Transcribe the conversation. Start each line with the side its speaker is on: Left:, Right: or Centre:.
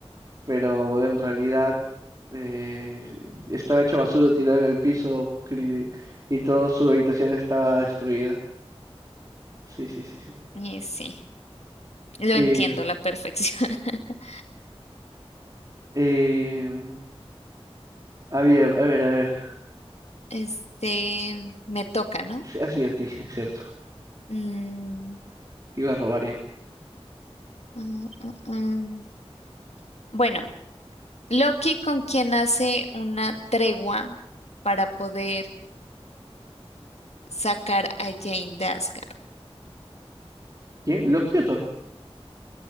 Right: pero en realidad eh, estaba hecho basura, tirado en el piso cri- y toda su habitación estaba destruida. Sí, sí, sí, sí.
Left: Y sí, lo
Right: Eh,
Left: entiendo a la perfección. <laughs>
Right: em, A ver, a ver, a ver.
Left: Este, me toca, ¿no?
Right: Sí, Así a ti, <laughs> cierto.
Left: Mm,
Right: Te iba a robar ya.
Left: mm, mm, mm. Bueno, Loki con quien hace una tregua para poder sacar a Jane de Asgard.
Right: ¿Quién? ¿Loki o Thor?